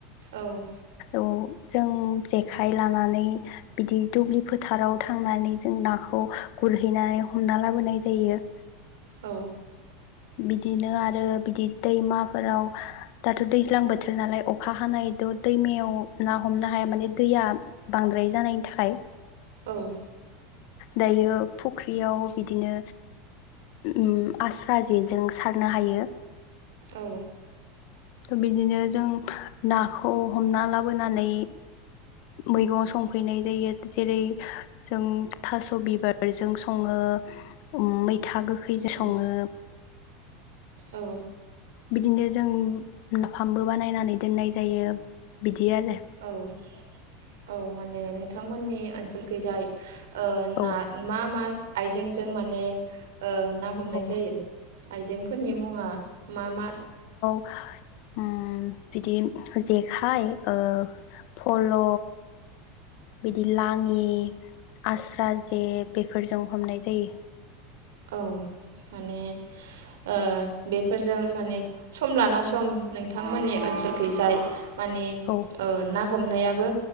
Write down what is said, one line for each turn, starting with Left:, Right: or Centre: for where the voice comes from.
Right: औ।
Left: औ जों जेखाइ लानानै बिदि दुब्लि फोथाराव थांनानै जों नाखौ गुरहैनानै हमना लाबोनाय जायो।
Right: औ।
Left: बिदिनो आरो बिदि दैमाफोराव दाथ' दैज्लां बोथोर नालाय अखा हानायथ' दैमायाव ना हमनो हाया माने दैया बांद्राय जानायनि थाखाय।
Right: औ।
Left: दायो फुख्रियाव बिदिनो ओम आस्रा जेजों सारनो हायो।
Right: औ।
Left: बिदिनो जों नाखौ हमना लाबोनानै मैगं संफैनाय जायो जेरै- जों थास' बिबारजों सङो ओम मैथा। मैथा गोखैजों सङो।
Right: औ औ।
Left: बिदिनो जों नाफामबो बानायनानै दोननाय जायो बिदि। आरो
Right: औ-औ। माने नोंथांमोननि ओनसोलखि जाय। ओ ना
Left: औ
Right: मा-मा। आइजेंजों माने। ओ ना
Left: अ
Right: हमनाय जायो। आइजेंफोरनि मुङा मा-मा?
Left: ओम बिदि जेखाय ओ फल' बिदि लाङि, आस्रा जे बेफोरजों हमनाय जायो।
Right: औ माने ओ बेफोरजों माने सम लाना सम नोंथांमोननि ओनसोलखैजाय। माने
Left: औ
Right: ओ ना हमनायाबो।